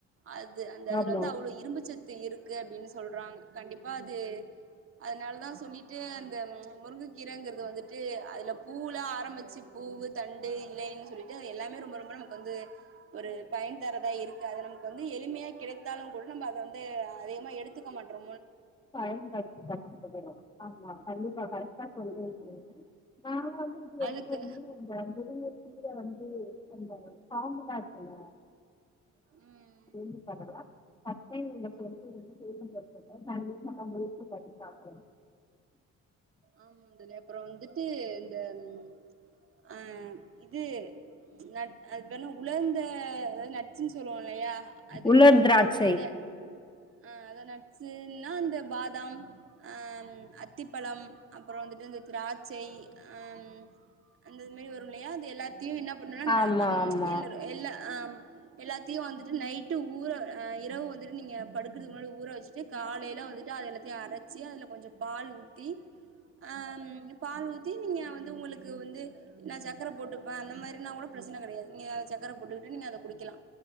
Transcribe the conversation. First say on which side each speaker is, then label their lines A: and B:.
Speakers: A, on the right; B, on the left.
A: அது அந்த அதுல
B: ஆமா
A: வந்து அவ்வளவு இரும்பு சத் த்து இருக்கு அப்படின்னு சொல்றாங்க கண்டிப்பா அது அதனாலதா சொல்லிட்டு அந்த முருங்க கீரைங்கற அது வந்துட்டு அதுல பூலா ஆரம்பிச்சு பூவு தண்டு இலைன்னு சொல்லிட்டு எல்லாமே ரொம்ப ரொம்ப நமக்கு வந்து ஒரு பயன் தரதா இருக்கு அத நமக்கு வந்து எளிமையா கிடைத்தாலு கூட நம்ம அத வந்து அதிகமா எடுத்துக்க மாட்ரோ
B: பயன்படுத்திக்க மாட்டிக்கிறோ ஆமா கண்டிப்பா கரெக்டா சொல்றீங்களே நான் வந்து இது
A: அதுக்கு
B: எதுகோ வந்து அந்த முருங்கக் கீர வந்து <unintelligible> காம்பு தா ஆட் பண்ணுவாங்க
A: ம்
B: <inaudible> <inaudible> <inaudible>
A: ஆமா தோழி அப்புற வந்துட்டு இந்த ம் அஹ் இது நட் அது பேர் என்ன உலர்ந்த அதாவது நட்சுன்னு சொல்லுவோ நறையா அது
B: உலர் திராட்சை
A: அத அஹ் அத நட்சுன்னா அந்த பாதாம் ஆஹ் அத்திப்பழம் அப்புறோ வந்துட்டு இந்த திராட்சை ஆஹ் அந்தது மாரி வரு இல்லையா அது எல்லா தியும் என்ன பண்ணுனா ந
B: ஆமா
A: அம்
B: ஆமா
A: எள்ளுரு எல்லா ஆஹ்ம் எல்லாத்தையு வந்துட்டு நைட்டு ஊர அஹ் இரவு வந்துட்டு நீங்க படுக்கிறதுக்கு முன்னாடி ஊற வச்சுட்டு காலையில வந்துட்டு அது எல்லாத்தையு அரச்சி அதுல கொஞ்சோ பால் ஊத்தி ஆஹ ம் பால் ஊத்தி நீங்க வந்து உங்களுக்கு வந்து நா சக்கர போட்டுப்பே அந்த மாரி நா கூட பிரச்சனை கிடையாது நீங்க அத சக்கரை போட்டுக்கிட்டு நீங்க அத குடிக்கலா